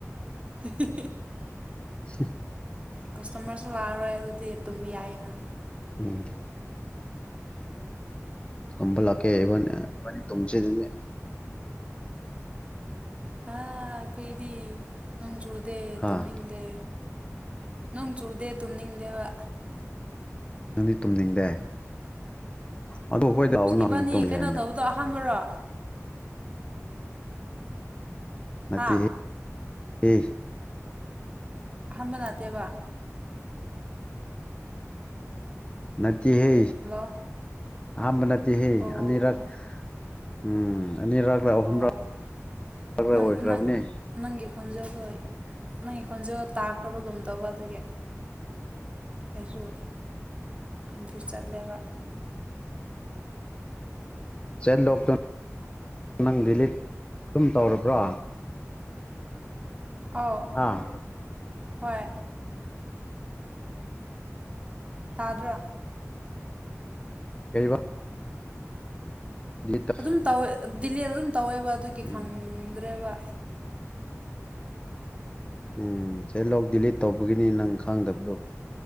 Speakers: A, on the right (about 25°); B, on the left (about 20°).
A: <unintelligible>
B: <unintelligible>
A: ꯀꯁꯇꯃꯔꯁꯨ ꯂꯥꯛꯑꯔꯣꯏ ꯑꯗꯨꯗꯤ ꯇꯨꯝꯕ ꯌꯥꯏꯌꯦꯅ
B: ꯎꯝ ꯇꯨꯝꯕ ꯂꯥꯛꯀꯦ ꯏꯕꯅꯤ ꯇꯨꯝꯁꯦ ꯑꯗꯨꯗꯤ
A: ꯍꯥ ꯑꯈꯣꯏꯗꯤ ꯅꯣꯡ ꯆꯨꯗꯦ
B: ꯍꯥ
A: ꯇꯨꯝꯅꯤꯡꯗꯦ ꯅꯣꯡ ꯆꯨꯗꯦ ꯇꯨꯝꯅꯤꯡꯗꯦꯕ
B: ꯅꯪꯗꯤ ꯇꯨꯝꯅꯤꯡꯗꯦ ꯑꯗꯣ ꯑꯩꯈꯣꯏꯗ
A: ꯑꯣ
B: ꯂꯥꯛꯎꯅ
A: ꯏꯕꯥꯅꯤ
B: ꯑꯗꯨꯗꯤ ꯇꯨꯝꯕ
A: ꯀꯩꯅꯣ
B: ꯌꯥꯏꯅ
A: ꯇꯧꯕꯗꯣ ꯑꯍꯥꯟꯕꯔꯣ
B: ꯅꯠꯇꯦꯍꯦ
A: ꯍꯥ
B: ꯍꯦ
A: ꯑꯍꯥꯟꯕ ꯅꯥꯠꯇꯦꯕ
B: ꯅꯠꯇꯦꯍꯦ
A: ꯍꯜꯂꯣ
B: ꯑꯍꯥꯝꯕ ꯅꯠꯇꯦꯍꯦ
A: ꯑꯣ
B: ꯑꯅꯤꯔꯛ ꯎꯝ ꯑꯅꯤꯔꯛꯂꯥ ꯑꯍꯨꯝꯔꯛ
A: ꯑꯣ
B: ꯔꯛꯂꯥ
A: ꯅꯪ
B: ꯑꯣꯏꯈ꯭ꯔꯕꯅꯦ
A: ꯅꯪ ꯅꯪꯒꯤ ꯈꯣꯟꯖꯦꯜꯗꯣ ꯅꯪ ꯈꯣꯟꯖꯦꯜ ꯇꯥꯈ꯭ꯔꯕꯒꯨꯝ ꯇꯧꯕ ꯑꯗꯨꯒꯤ ꯑꯩꯁꯨ ꯀꯟꯐ꯭ꯌꯨꯁ ꯆꯠꯂꯦꯕ
B: ꯆꯦꯠꯂꯣꯛ ꯇꯝ ꯅꯪ ꯗꯤꯂꯤꯠ ꯗꯨꯝ ꯇꯧꯔꯕ꯭ꯔꯣ
A: ꯑꯧ
B: ꯑꯥ
A: ꯍꯣꯏ ꯇꯥꯗ꯭ꯔꯣ
B: ꯀꯩꯕ ꯗꯤꯂꯤꯠ ꯇꯧ
A: ꯑꯗꯨꯝ ꯇꯧꯋꯦ ꯗꯤꯂꯦꯗ ꯑꯗꯨꯝ ꯇꯧꯋꯦꯕ ꯑꯗꯨꯒꯤ
B: ꯎꯝ
A: ꯈꯪꯗ꯭ꯔꯦꯕ
B: ꯎꯝ ꯁꯦꯂꯣꯛ ꯗꯤꯂꯤꯠ ꯇꯧꯕꯒꯤꯅꯤ ꯅꯪ ꯈꯪꯗꯕꯗꯣ